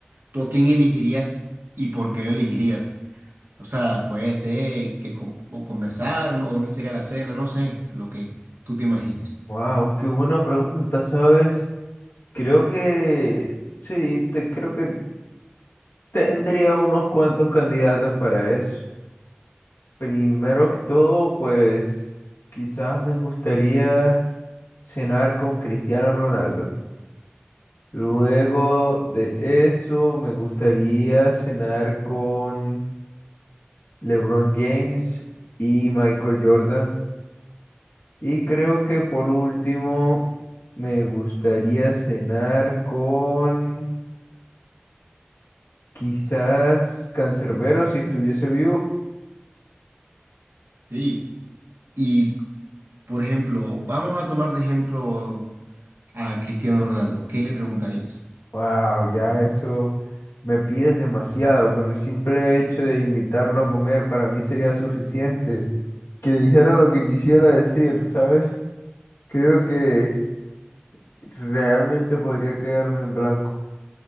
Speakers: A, on the right; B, on the left.
A: ¿tú a quién elegirías y por qué lo elegirías? O sea, puede ser que co- conversar, ¿no? o dónde sería la cena, no sé, lo que tú te imagines.
B: Wow, qué buena pregunta, ¿sabes? Creo que sí, te creo que tendría unos cuantos candidatos para eso. Primero que todo, pues quizás me gustaría cenar con Cristiano Ronaldo. Luego de eso, me gustaría cenar con LeBron James y Michael Jordan. Y creo que por último me gustaría cenar con quizás Cancerbero si estuviese vivo.
A: Sí, y por ejemplo, vamos a tomar de ejemplo a Cristiano Ronaldo. ¿Qué le preguntarías?
B: Wow, ya eso me pides demasiado. Con el simple hecho de invitarlo a comer para mí sería suficiente. Que dijera lo que quisiera decir, ¿sabes? Creo que realmente podría quedarme en blanco.